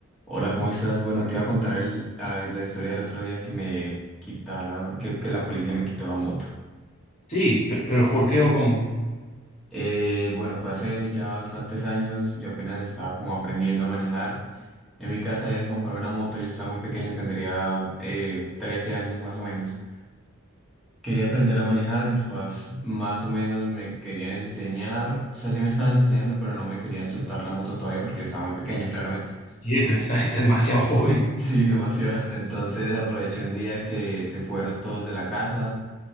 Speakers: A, in the centre; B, on the left.
A: Hola, ¿cómo estás? Bueno, te iba a contar el- ah, la historia del otro día que me quitaron, que, que la policía me quitó la moto.
B: Sí, pe- pero, ¿por qué o cómo?
A: Eh, bueno, fue hace ya bastantes años, yo apenas estaba como aprendiendo a manejar. En mi casa habían comprado una moto, yo estaba muy pequeño, tendría eh, 13 años más o menos. Quería aprender a manejar, mis papás más o menos me querían enseñar, o sea, sí me estaban enseñando, pero no me querían soltar la moto todavía porque yo estaba muy pequeño, claramente.
B: Y esto, estás, estás demasiado joven.
A: Sí,
B: <laughs>
A: demasiado. <laughs> Entonces aproveché un día que se fueron todos de la casa,